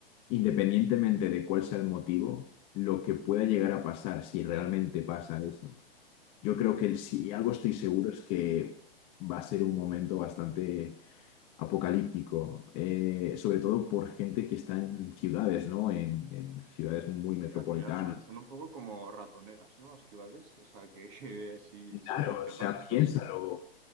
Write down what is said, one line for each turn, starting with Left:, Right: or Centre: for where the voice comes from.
Left: independientemente de cuál sea el motivo, lo que pueda llegar a pasar, si realmente pasa eso, yo creo que el- si algo estoy seguro es que va a ser un momento bastante apocalíptico, eh, sobre todo por gente que está en ciudades, ¿no? En, en ciudades muy metropolitanas.
Right: Y al final son, son un poco como ratoneras, ¿no? Las ciudades, o sea, que, que <laughs> si, si
Left: Claro,
Right: te
Left: o sea,
Right: pasa estás
Left: piénsalo.